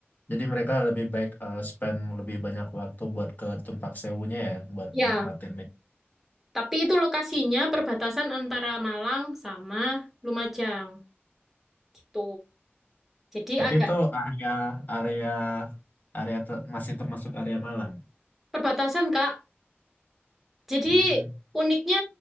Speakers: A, on the left; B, in the centre.
A: jadi mereka lebih baik eh, spend lebih banyak waktu buat ke Tumpak Sewunya ya, buat
B: ya.
A: nikmatin.
B: Tapi itu lokasinya perbatasan antara Malang sama Lumajang, gitu. Jadi
A: Tapi
B: agak
A: itu area area area ter- masih termasuk area Malang.
B: perbatasan, Kak. Jadi
A: Hmm.
B: uniknya